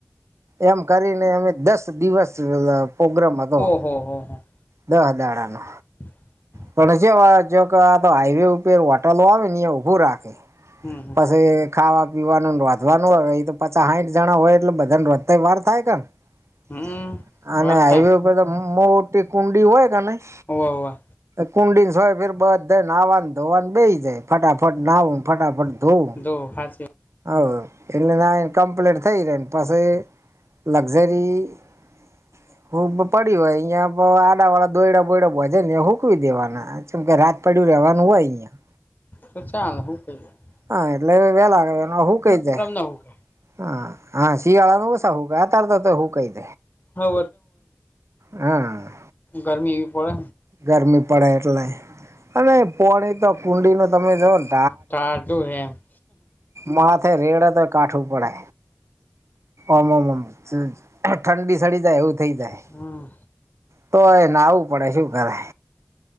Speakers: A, on the right (about 75°); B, on the left (about 40°).
A: એમ કરીને અમે દસ દિવસ પ્રોગ્રામમાં હતો.
B: હ હો હ.
A: દહ દાડા નો
B: <inaudible>
A: પણ જે જો આ હાઈવે ઉપર હોટલો આવે ને એ ઉભું રાખે.
B: હમ હમ
A: પછી ખાવા પીવાનું વાંધવાનું હોય એ તો પાા સાઠ જણા હોય એટલે બધાને રતા વાર થાય કે ને-
B: હમ
A: - અને
B: વાત
A: હાઈવે
B: થાય
A: ઉપર તો મોટી કુંડી હોય કે ન- -
B: હો
A: કુંડી સ હોય ફેર બધ નાહવા ધોવાનું બે જાય ફટાફટ નાહવ ફટાફટ- - ઘોવુ.
B: તો હા
A: હ એલે ના કંપલેન્ટ- - થઈ રહેમ પાસે લક્ઝરી- - હ પડી હોય અહિયાં આડા વાળા દોયડા બોયડા ભજે ને હૂકવી દેવાના. જેમ કે રાત પાડું ર રહેવાનું હોય અહિયા- -
B: તો ચાલ હું- -
A: હા એટલે વે લાગે એ હું કઈ જાય.
B: ના હું ક
A: હા હા શીિયાળનું ઉછા હુંક આ તાર હૂકઈ.
B: હા
A: હા
B: ગરમી પડે.
A: ગરમી પડે એટલે અને પોળ તો કુંડી ન તમે જોઓ ને- -
B: ટાટું હેમ- -
A: માથે રેડ તો કાઠું પડે ઓમમ. ઠંડી ચઢી જાય એવું થઈ જાય- -
B: હા.
A: તોયને આવવું પડે શું કરે